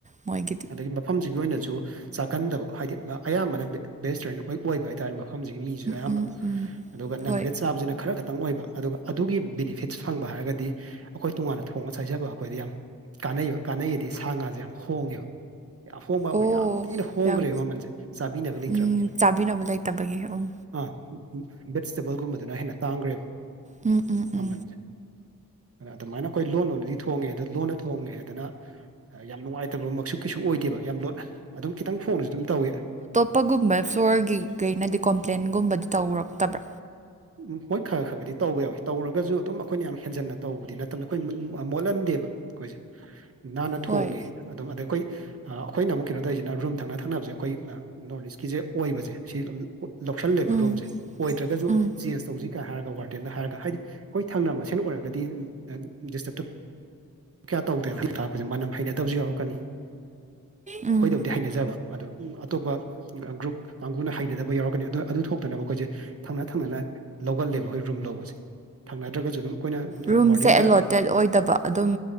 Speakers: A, on the right; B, on the right.
A: ꯃꯣꯏꯒꯤꯗꯤ
B: ꯑꯗꯒꯤ ꯃꯐꯝꯖꯤꯒꯤ ꯑꯣꯏꯅꯖꯨ ꯆꯥꯒꯟꯗꯕ ꯍꯥꯏꯗꯤ ꯑꯌꯥꯝꯕꯅ ꯕꯦꯁꯇ꯭ꯔꯦꯟ ꯑꯣꯏ ꯑꯣꯏꯕ ꯍꯥꯏꯇꯥꯔꯦ ꯃꯐꯝꯖꯤꯒꯤ ꯃꯤꯖꯨ ꯑꯌꯥꯝꯕ
A: ꯎꯝ ꯎꯝ
B: ꯑꯗꯨꯒ ꯅꯟ
A: ꯍꯣꯏ
B: ꯕꯦꯖ ꯆꯥꯕꯁꯤꯅ ꯈꯔ ꯈꯠ ꯈꯤꯇꯪ ꯑꯣꯏꯕ ꯑꯗꯨꯒ ꯑꯗꯨꯒꯤ ꯕꯤꯅꯤꯐꯤꯠꯁ ꯐꯪꯕ ꯍꯥꯏꯔꯒꯗꯤ ꯑꯩꯈꯣꯏ ꯇꯣꯉꯥꯟꯅ ꯊꯣꯡꯅ ꯆꯥꯏꯖꯕ ꯑꯩꯈꯣꯏꯗ ꯌꯥꯝ ꯀꯥꯟꯅꯩꯕ ꯀꯥꯟꯅꯩꯌꯦꯗꯤ ꯁꯥ ꯉꯥꯖꯦ ꯌꯥꯝ ꯍꯣꯡꯉꯦꯕ ꯌꯥ ꯍꯣꯡꯕꯕꯨ
A: ꯑꯣ
B: ꯌꯥꯝ ꯊꯤꯅ ꯍꯣꯡꯒ꯭ꯔꯦ
A: ꯌꯥꯝ
B: ꯃꯃꯜꯖꯦ ꯆꯥꯕꯤꯅꯕ ꯂꯩꯇ꯭ꯔꯕꯅꯤꯅ
A: ꯎꯝ ꯆꯥꯕꯤꯅꯕ ꯂꯩꯇꯕꯒꯤ ꯎꯝ
B: ꯑꯥ ꯚꯦꯖꯇꯦꯕꯜꯒꯨꯝꯕꯗꯨꯅ ꯍꯦꯟꯅ ꯇꯥꯡꯒ꯭ꯔꯦꯕ
A: ꯎꯝ ꯎꯝ ꯎꯝ
B: ꯃꯃꯜꯖꯦ ꯑꯗꯨꯃꯥꯏꯅ ꯑꯈꯣꯏ ꯂꯣꯟ ꯂꯣꯟꯅꯗꯤ ꯊꯣꯡꯉꯦ ꯑꯗꯨ ꯂꯣꯟꯅ ꯊꯣꯡꯉꯦ ꯍꯥꯏꯗꯅ ꯌꯥꯝ ꯅꯨꯡꯉꯥꯏꯇꯕ ꯃꯛꯁꯨ ꯀꯩꯁꯨ ꯑꯣꯏꯗꯦꯕ ꯌꯥꯝ ꯂꯣꯠꯅ ꯑꯗꯨꯝ ꯈꯤꯇꯪ ꯐꯣꯡꯅꯖꯨ ꯑꯗꯨꯝ ꯇꯧꯏ
A: ꯄꯒꯨꯝꯕ ꯐ꯭ꯂꯣꯔꯒꯤꯒꯩꯅꯗꯤ ꯀꯣꯝꯄ꯭ꯂꯦꯟꯒꯨꯝꯕꯗꯤ ꯇꯧꯔꯛꯇꯕ꯭ꯔꯥ
B: ꯎꯝ ꯃꯣꯏ ꯈꯔ ꯈꯔ ꯈꯗꯤ ꯇꯧꯕ ꯌꯥꯎꯋꯤ ꯇꯧꯔꯒꯖꯨ ꯑꯗꯨꯝ ꯑꯈꯣꯏꯅ ꯌꯥꯝ ꯍꯦꯟꯖꯟꯅ ꯇꯧꯕꯗꯤ ꯅꯠꯇꯝꯅ ꯑꯈꯣꯏ ꯃꯣꯠꯂꯟꯗꯦꯕ ꯈꯣꯏꯖꯦ ꯅꯥꯟꯅ ꯊꯣꯡꯉꯦ
A: ꯍꯣꯏ
B: ꯑꯗꯨꯝ ꯑꯗꯩ ꯑꯈꯣꯏ ꯑ ꯑꯈꯣꯏꯅ ꯑꯃꯨꯛ ꯀꯩꯅꯣ ꯇꯧꯏꯖꯤꯅ ꯔꯨꯝ ꯊꯪꯅ ꯊꯪꯅꯕꯖꯦ ꯑꯈꯣꯏ ꯅꯣꯔꯠ ꯏꯁꯀꯤꯖꯦ ꯑꯣꯏꯕꯖꯦ ꯁꯤ ꯂꯧꯁꯜꯂꯦꯕ
A: ꯎꯝ
B: ꯔꯨꯝꯖꯦ ꯑꯣꯏꯗ꯭ꯔꯒꯖꯨ
A: ꯎꯝ
B: ꯆꯦꯟꯖ ꯇꯧꯁꯤ ꯀꯥꯏꯅ ꯍꯥꯏꯔꯒ ꯋꯥꯔꯗꯦꯟꯗ ꯍꯥꯏꯔꯒ ꯍꯥꯏꯗꯤ ꯈꯣꯏ ꯊꯪꯅꯕ ꯃꯁꯦꯟ ꯑꯣꯏꯔꯒꯗꯤ ꯗꯤꯁꯇꯔꯕ ꯇꯧ ꯀꯌꯥ ꯇꯧꯗꯦꯅ ꯊꯥꯛꯄꯁꯦ ꯃꯅꯝ ꯍꯩꯅꯗꯕꯖꯨ ꯌꯥꯎꯔꯛꯀꯅꯤ
A: ꯎꯝ
B: ꯑꯩꯈꯣꯏꯗꯕꯨ ꯗꯤ ꯍꯩꯅꯖꯕ ꯑꯗꯣ ꯑꯇꯣꯞꯄ ꯒ꯭ꯔꯨꯞ ꯀꯥꯡꯒꯨꯅ ꯍꯩꯅꯗꯕ ꯌꯥꯎꯔꯛꯀꯅꯤ ꯑ ꯑꯗꯨ ꯊꯣꯛꯇꯅꯕ ꯑꯈꯣꯏꯖꯦ ꯊꯪꯅ ꯊꯪꯅꯅ ꯂꯧꯒꯜꯂꯦꯕ ꯑꯈꯣꯏ ꯔꯨꯝ ꯂꯧꯕꯖꯦ ꯊꯪꯅꯗ꯭ꯔꯒꯖꯨ ꯑꯗꯨꯝ ꯑꯩꯈꯣꯏꯅ
A: ꯔꯨꯝꯁꯦ
B: ꯋꯥꯔꯗꯦꯟꯗ
A: ꯑꯦꯂꯣꯇꯦꯠ ꯑꯣꯏꯗꯕ ꯑꯗꯨꯝ